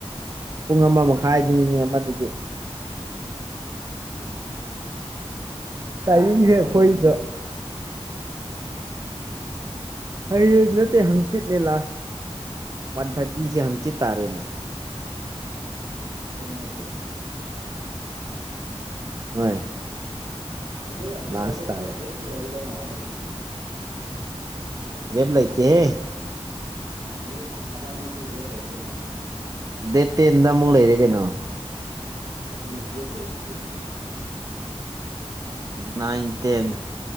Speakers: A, on the right; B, on the right.
A: ꯄꯨꯡ ꯑꯃ ꯃꯈꯥꯏꯗꯨꯅꯤꯅꯦ ꯃꯗꯨꯗꯤ ꯇꯥꯏꯃꯤꯡꯁꯦ
B: ꯂꯥꯁꯥꯁ ꯀ
A: ꯑꯩꯈꯣꯏꯒ
B: ꯍꯉ
A: ꯑꯩ ꯍ ꯅꯠꯇꯦ ꯍꯪ ꯆꯤꯠꯂ ꯂꯥꯁ ꯋꯥꯟ ꯊꯥꯔꯇꯤꯁꯦ ꯍꯪꯆꯤꯠ ꯇꯥꯔꯦꯅꯦ
B: ꯑꯗꯨꯁꯦꯅꯦ
A: ꯍꯣꯏ
B: ꯑꯗꯣ ꯑꯁꯤ
A: ꯂꯥꯁ
B: ꯂꯣꯏꯔꯒ
A: ꯇꯥꯔꯦ
B: ꯈꯔ ꯒꯦꯞꯇꯤ ꯂꯩꯒꯗꯧ ꯃꯥꯜꯂꯦ ꯃꯩꯁꯦ
A: ꯦꯕ ꯂꯩꯇꯦꯦ
B: ꯅꯃꯤ ꯑꯃꯅꯤꯗꯤꯤ ꯦꯕ ꯂꯩꯥꯛꯗꯣ ꯃꯥꯅꯦ
A: ꯗꯦ ꯇꯦꯟꯗ ꯑꯃꯨꯛ ꯂꯩꯔꯦ ꯀꯩꯅꯣ
B: ꯅꯅꯦ ꯦꯞ ꯂꯩ ꯁꯤꯗꯗꯣ
A: ꯅꯥꯏꯟ ꯇꯦꯟ